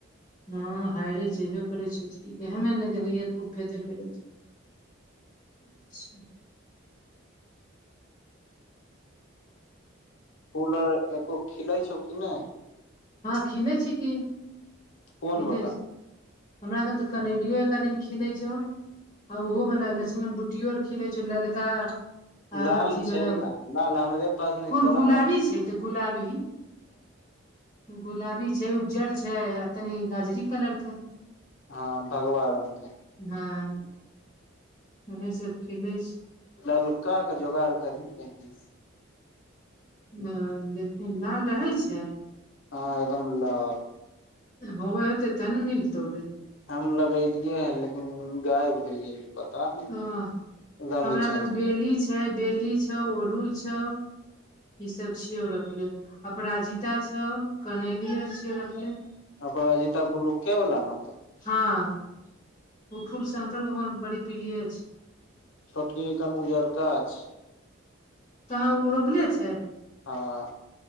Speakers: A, on the left; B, on the left.
A: हँ हायरे जेबे करै छैय की हम नैय देखै हेँ फुफे देखैत होतो। अच्छा।
B: फूल एको खिलै छौ कि नैय।
A: हँ खिलै छैय की,
B: कोन
A: खिलै
B: वाला
A: छैय। हमरा खन तऽ कनैलिये टा खिलेै छौ आ ओहो वला लछ्मन बुट टी योर खिलै छौ ललका
B: लाल
A: आ अथी
B: छैय
A: वाला
B: कहाँ लाल हमरे पास नहि
A: कोन
B: तोरा
A: गुलाबी
B: पास
A: छै तऽ गुलाबी ही। गुलाबी छैय, उज्जर छैय आ तनि गजरी कलर के।
B: हँ भगवा रंग के।
A: हँ उहे सब खिलै छैय।
B: ललका के जोगाड़ करही कहीं।
A: हू देखी लाल रहै छै।
B: हँ एकदम लाल।
A: होबै होतेै तब न मिलतौ रे।
B: हम लगेेलियै है लेकिन गायब होय गेलै। पता नहि
A: ओ
B: रंग
A: हमरा
B: चेंज
A: अखन
B: केलकै
A: बेली छै। छै बेली छौ, उड़हुल छौ, ई सब छियौ रखले। अपराजिता छौ कनैली और छियो रखले
B: अपराजिता बूलूके बला नतऽ
A: हाॅं ऊ फूल शंकर भगवान के बड़ी प्रिय छैय।
B: छोटकी खन उजरका छैय।
A: कहाँ ऊ रोपने छैय?
B: हां